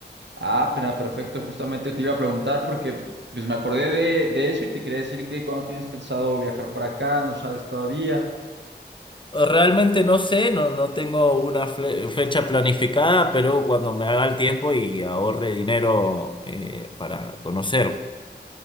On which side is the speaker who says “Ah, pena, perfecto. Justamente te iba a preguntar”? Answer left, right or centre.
Right